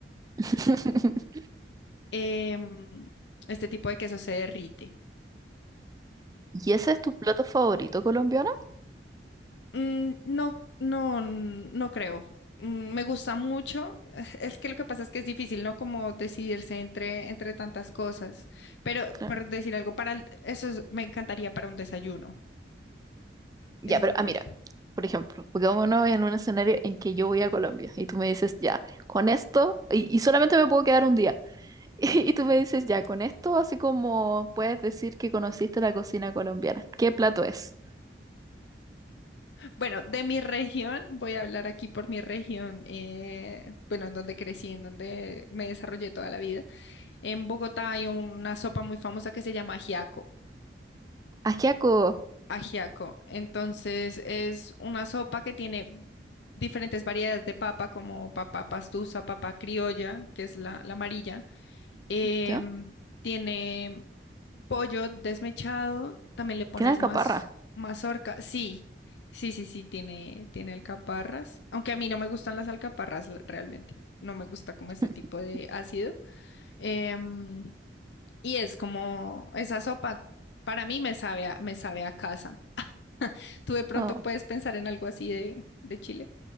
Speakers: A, on the right; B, on the left.
A: <laughs>
B: em, este tipo de queso se derrite.
A: ¿Y ese es tu plato favorito colombiano?
B: Mm, no, no, no creo. Mm, Me gusta mucho. <laughs> eh, Es que lo que pasa es que es difícil, ¿no? Como decidirse entre, entre tantas cosas. Pero
A: Claro.
B: por decir algo, para el- eso es- me encantaría para un desayuno.
A: Ya,
B: Eso
A: pero
B: es lo que
A: ah, mira,
B: yo-
A: por ejemplo, pongámonos en un escenario en que yo voy a Colombia y tú me dices, ya, con esto, y, y solamente me puedo quedar un día, <laughs> y, tú me dices, ya, con esto, así como puedes decir que conociste la cocina colombiana. ¿Qué plato es?
B: Bueno, de mi región, voy a hablar aquí por mi región, eh, bueno, en donde crecí, en donde me desarrollé toda la vida. En Bogotá hay una sopa muy famosa que se llama ajiaco.
A: Ajiaco,
B: ajiaco. Entonces es una sopa que tiene diferentes variedades de papa, como papa pastusa, papa criolla, que es la, la amarilla. Em,
A: ¿ya?
B: tiene pollo desmechado, también le pones
A: Tiene alcaparra.
B: más mazorca. Sí, sí, sí, sí, tiene, tiene alcaparras, aunque a mí no me gustan las alcaparras l- realmente. No me gusta como este
A: <laughs>
B: tipo de ácido. Em, y es como esa sopa, para mí me sabe a- me sabe a casa. Tú de pronto
A: No.
B: puedes pensar en algo así de, de Chile,